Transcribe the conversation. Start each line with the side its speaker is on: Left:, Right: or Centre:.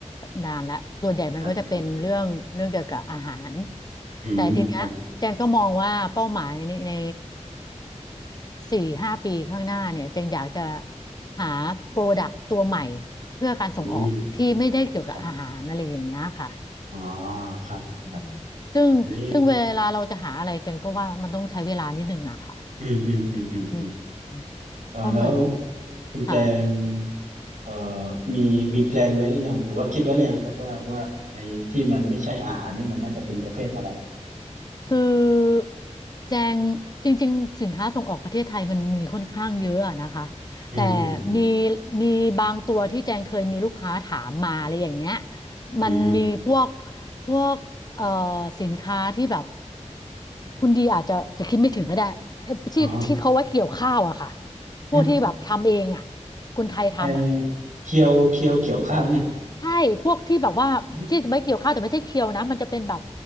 Left: นานแล้วส่วนใหญ่มันก็จะเป็นเรื่องเรื่องเกี่ยวกับอาหาร
Right: ครับครับอืมครับ
Left: แต่ทีเนี้ยแจงก็มองว่าเป้าหมายในในสี่ห้าปีข้างหน้าเนี่ยแจงอยากจะหาโปรดักต์ตัวใหม่เพื่อการส่งออกที่ไม่ได้เกี่ยวกับอาหารอะไรอย่างเงี้ยค่ะ
Right: อืมครับอ๋อครับครับ
Left: อืมซึ่งซึ่งเวลาเราจะหาอะไรแจงก็ว่ามันต้องใช้เวลานิดนึงอะค่ะ
Right: อันนี้อืมอืมอืมอืมอืม
Left: อืมอืม
Right: เออแล้ว
Left: เพราะเหมือน
Right: คุณแจง
Left: ค่ะ
Right: เอ่อมีมีแพลนไว้หรือยังหรือว่าคิดไว้หรือยังครับว่าว่าไอ้ที่มันไม่ใช่อาหารเนี่ยมันน่าจะเป็นประเภทอะไร
Left: คือแจงจริงๆสินค้าส่งออกประเทศไทยมันมีค่อนข้างเยอะอะนะคะ
Right: อืมอืมอืม
Left: แต่มีมีบางตัวที่แจงเคยมีลูกค้าถามมาอะไรอย่างเงี้ย
Right: อืม
Left: มันมีพวกพวกเอ่อสินค้าที่แบบคุณดีอาจจะจะคิดไม่ถึงก็ได้ไอ้ที่ที่เขาไว่าเกี่ยวข้าวอะค่ะ
Right: อ๋อฮะ
Left: พวกที่แบบทำเองอะคนไทยทำอะ
Right: ไอเคียวเคียวเกี่ยวข้าวเนี่ย
Left: ใช่ พวกที่แบบว่าที่ไว้เกี่ยวข้าวแต่ไม่ใช่เคียวนะ
Right: อืม
Left: มันจะเป็นแบบ